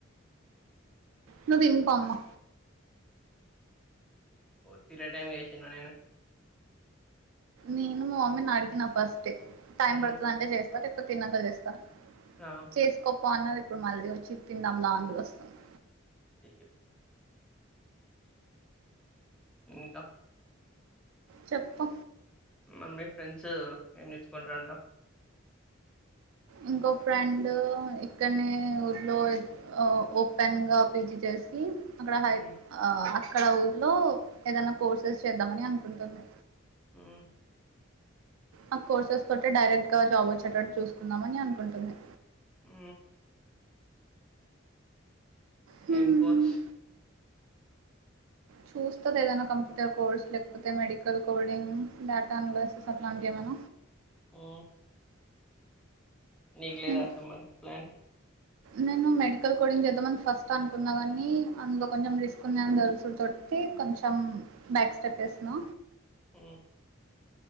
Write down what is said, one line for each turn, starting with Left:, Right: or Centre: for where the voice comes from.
Right: నువ్వు తినిపమ్మా
Centre: ఓ తరే టైమ్ చేసనూ నేను
Right: నేను మా మమ్మీని అడిగిన ఫస్ట్ టైం
Centre: హ్మ్.
Right: పడుతుందింటే చేస్తా ఎప్పుడు తినక చేస్తా
Centre: ఆ!
Right: చేసుకోపో అన్నది ఇప్పుడు మళ్ళీ వచ్చి తిందాం లాంగ్ వస్తుంది
Centre: ఉహు ఇంకా
Right: చెప్పు
Centre: మ మీ ఫ్రెండ్స్ ఏం తీసుకుంటారంట
Right: ఇంకొ ఫ్రెండ్ ఇక్కడనే ఊర్లో ఓపెన్ గా పీజి చేసి అక్కడ హై
Centre: హ్మ్.
Right: అక్కడ ఊర్లో ఏదైనా కోర్సెస్ చేద్దామని అనుకుంటుంది
Centre: ఆ
Right: ఆ కోర్సెస్ తో డైరెక్ట్ గా జాబ్ వచ్చేటట్టు చూసుకుందామని అనుకుంటుంది
Centre: ఆ
Right: హ్మ్,
Centre: ఎ కోర్స్
Right: చూస్తుది ఏదనా కంప్యూటర్ కోర్స్ లేకపోతే మెడికల్ కోడింగ్ డేటా అనలాసెస్ అట్లాంటివి ఏమైన్నా
Centre: ఆ నీకు లేదా
Right: నేను
Centre: అట్లా మరి ప్లాన్
Right: నేను మెడికల్ కూడాంచి చేద్దామని ఫస్ట్ అనుకున్నా కాగాని అందులో కొంచెం రిస్క్ ఉన్నాయని తెలుసు త కొంచెం బ్యాక్ స్టెప్ ఏసిన
Centre: ఉ